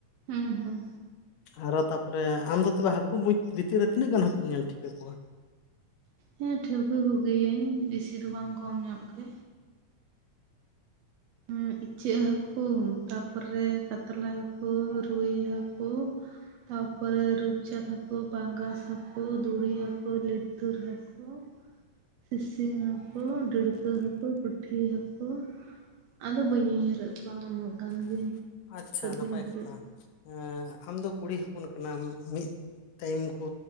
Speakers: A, on the right (about 75°); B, on the left (about 80°).
A: ᱦᱩᱸ, ᱦᱩᱸ,
B: ᱟᱨᱚ ᱛᱟᱯᱚᱨᱮ ᱟᱢ ᱫᱚ ᱛᱚᱵᱮ ᱦᱟᱹᱠᱩ ᱢᱩᱚᱸᱡᱽ ᱵᱷᱤᱛᱤᱨ ᱨᱮ ᱛᱤᱱᱟᱹᱜ ᱜᱟᱱ ᱦᱟᱹᱠᱩᱢ ᱧᱮᱞ ᱴᱷᱤᱠᱟ ᱠᱩᱣᱟ?
A: ᱦᱮᱸ ᱴᱷᱟᱹᱣᱠᱟᱹ ᱠᱚᱜᱮᱭᱤᱭᱟᱹᱧ ᱵᱤᱥᱤ ᱫᱚ ᱵᱟᱝ ᱠᱚᱢ ᱧᱚᱜ ᱜᱮ, ᱦᱮᱸ ᱤᱪᱟᱹᱜ ᱦᱟᱹᱠᱩ, ᱛᱟᱨᱯᱚᱨᱮ ᱠᱟᱛᱞᱟ ᱦᱟᱹᱠᱩ, ᱨᱩᱭ ᱦᱟᱹᱠᱩ, ᱛᱟᱯᱚᱨᱮ ᱨᱩᱯᱪᱟᱫᱽ ᱦᱟᱹᱠᱩ, ᱯᱟᱸᱜᱟᱥ ᱦᱟᱹᱠᱩ, ᱫᱩᱲᱤ ᱦᱟᱹᱠᱩ, ᱞᱤᱛᱩᱨ ᱦᱟᱹᱠᱩ, ᱠᱩ ᱥᱤᱥᱤ ᱦᱟᱹᱠᱩ, ᱰᱟᱹᱲᱠᱟᱹ ᱦᱠᱩ, ᱯᱴᱷᱤ ᱦᱟᱹᱠᱩ, ᱟᱫᱚ ᱵᱟᱹᱧ ᱩᱭᱦᱟᱹᱨᱮᱫ ᱠᱚᱣᱟ ᱩᱱᱟᱹᱜ ᱜᱟᱱᱜᱤᱧ
B: ᱟᱪᱪᱷᱟ
A: ᱱᱤᱛᱚᱜ
B: ᱱᱟᱯᱟᱭ
A: ᱫᱚᱧ ᱩᱭᱦᱟᱹᱨᱮᱫ
B: ᱠᱟᱛᱷᱟ
A: ᱠᱚᱣᱟ᱾
B: ᱮᱸ ᱟᱢᱫᱚ ᱠᱩᱲᱤ ᱦᱚᱯᱚᱱ ᱠᱟᱱᱟᱢ ᱢᱤᱫ ᱛᱟᱹᱭᱤᱢ ᱠᱚ